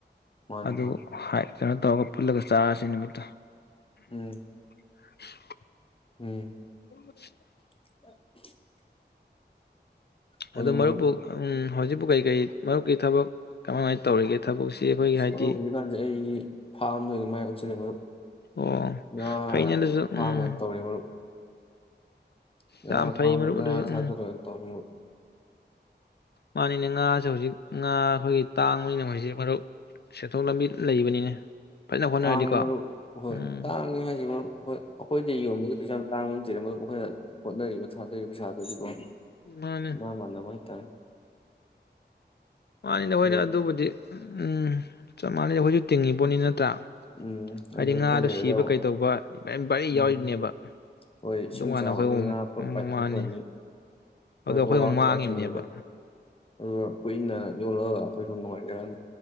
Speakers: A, on the left; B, on the left.
A: ꯃꯥꯅꯤ
B: ꯑꯗꯨ
A: ꯃꯥꯅꯤ
B: ꯍꯥꯏ ꯀꯩꯅꯣꯇꯧꯒ ꯄꯨꯜꯂꯒ ꯆꯥꯁꯦ ꯅꯨꯃꯤꯠ
A: ꯎꯝ
B: <unintelligible>
A: ꯎꯝ
B: <unintelligible>
A: <unintelligible> ꯍꯣꯏꯅꯦ
B: ꯑꯗꯨ ꯃꯔꯨꯞꯄꯨ
A: ꯃꯔꯨꯞ
B: ꯎꯝ ꯍꯧꯖꯤꯛ ꯗꯨ ꯀꯩ ꯀꯩ ꯃꯔꯨꯞꯀꯤ ꯊꯕꯛ ꯀꯥꯃꯥꯏ ꯀꯃꯥꯏꯅ ꯇꯧꯔꯤꯒꯦ ꯊꯕꯛꯁꯤ ꯑꯩꯈꯣꯏꯒꯤ
A: ꯁ
B: ꯍꯥꯏꯗꯤ
A: ꯃꯔꯨꯞ ꯍꯧꯖꯤꯛꯀꯥꯟꯁꯦ ꯑꯩꯒꯤ ꯐꯥ꯭ꯔꯝꯗ ꯑꫭꯏꯅ ꯃꯥꯏ ꯑꫭꯟꯁꯤꯜꯂꯦ ꯃꯔꯨꯞ
B: ꯑꯣ
A: ꯉꯥ
B: ꯐꯩꯅꯦ ꯑꯗꯨꯁꯨ
A: ꯐꯥꯝ
B: ꯎꯝ
A: ꯑꫭꯏꯅ ꯇꯧꯔꯦ ꯃꯔꯨꯞ ꯉꯥ
B: ꯌꯥꯝ ꯐꯩ
A: ꯐꯥꯝ
B: ꯃꯔꯨꯞ
A: ꯉꯥ
B: ꯑꯗꯨꯁꯨ
A: ꯊꯥꯗꯔ
B: ꯎꯝ
A: ꯑꯣꯏꯅ ꯇꯧꯋꯦ ꯃꯔꯨꯞ
B: ꯃꯥꯅꯤꯅꯦ ꯉꯥꯁꯦ ꯍꯧꯖꯤꯛ ꯉꯥ ꯑꯈꯣꯏꯒꯤ ꯇꯥꯡꯕꯅꯤꯅ ꯍꯧꯖꯤꯛ ꯃꯔꯨꯞ ꯁꯦꯟꯊꯣꯛ ꯂꯝꯕꯤ ꯂꯩꯕꯅꯤꯅꯦ ꯐꯖꯅ ꯍꯣꯠꯅꯔꯗꯤꯀꯣ
A: ꯇꯥꯡꯉꯦ ꯃꯔꯨꯞ ꯍꯣꯏ
B: ꯎꯝ
A: ꯇꯥꯡꯉꯦ ꯍꯥꯏꯁꯦ ꯃꯔꯨꯞ ꯍꯣꯏ ꯑꯈꯣꯏꯗꯩ ꯌꯣꯟꯕꯗꯤ ꯀꯩꯁꯨ ꯌꯥꯝ ꯇꯥꯡꯕ ꯅꯠ ꯗꯦ ꯃꯔꯨꯞ ꯑꯈꯣꯏꯅ ꯍꯣꯠꯅꯔꯤꯕ ꯊꯥꯗꯔꯤꯕ ꯄꯩꯁꯥꯗꯨꯗꯤꯀꯣ ꯏ
B: ꯃꯥꯅꯦ
A: ꯃꯥꯟ ꯃꯥꯟꯅꯕ ꯍꯥꯏ ꯇꯥꯔꯦ
B: ꯃꯥꯅꯤꯅꯦ ꯍꫭꯏꯏꯅꯦ
A: ꯑꯗꯣ
B: ꯑꯗꯨꯕꯨꯗꯤ ꯎꯝ ꯆꯞ ꯃꯥꯟꯅꯩ ꯑꯈꯣꯏꯁꯨ ꯇꯤꯡꯉꯤ ꯄꯣꯠꯅꯤ ꯅꯠꯇ꯭ꯔꯥ
A: ꯎꯝ
B: ꯍꯥꯏꯗꯤ
A: ꯑꯗꯨ
B: ꯉꯥꯗꯣ
A: ꯈꯔ ꯂꯩꯔꯒ
B: ꯁꯤꯕ
A: ꯑꯃꯨꯛ
B: ꯀꯩꯗꯧꯕ ꯃꯌꯤꯝ ꯕꯔꯤ ꯌꯥꯎꯔꯤꯅꯦꯕ
A: ꯎꯝ ꯍꯣꯏ ꯏꯁꯤꯡ
B: ꯑꯗꯨꯀꯥꯟꯗ
A: ꯆꯥꯎꯔꯅꯤ
B: ꯑꯩꯈꯣꯏ ꯑꯃꯨꯛ
A: ꯉꯥ ꯄꯨꯂꯞ ꯄꯥꯏꯊꯣꯛꯈ꯭ꯔꯅꯤ
B: ꯃꯥꯅꯤ ꯑꯗꯣ ꯑꯩꯈꯣꯏ
A: ꯑꯋꯥꯕꯁꯨ
B: ꯑꯃꯨꯛ ꯃꯥꯡꯉꯤꯕꯅꯦꯕ
A: ꯃꯌꯥꯝ ꯊꯦꯡꯅꯅꯤꯅ ꯑꯗꯨꯒ ꯀꯨꯏ ꯅ ꯌꯣꯜꯂꯒ ꯑꯈꯣꯏ ꯖꯨ ꯅꯨꯡꯉꯥꯏꯖꯔ